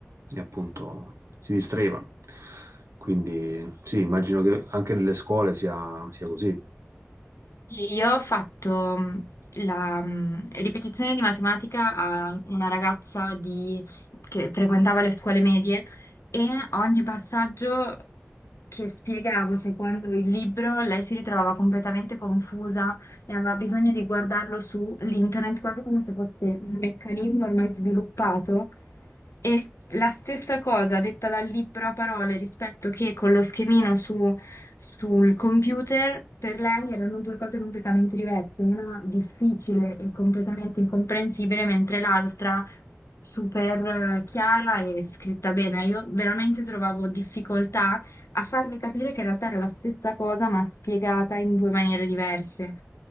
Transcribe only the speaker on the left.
Sì, Io ho fatto mm, la mm, ripetizione di matematica a una ragazza di- che frequentava le scuole medie e ogni passaggio che spiegavo secondo il libro, lei si ritrovava completamente confusa e aveva bisogno di guardarlo su internet, quasi come se fosse un meccanismo ormai sviluppato. E la stessa cosa detta dal libro a parole rispetto che con lo schemino su- sul computer, per lei erano due cose completamente diverse, una difficile e completamente incomprensibile, mentre l'altra super eh, chiara e scritta bene. Io veramente trovavo difficoltà a farle capire che in realtà era la stessa cosa, ma spiegata in due maniere diverse.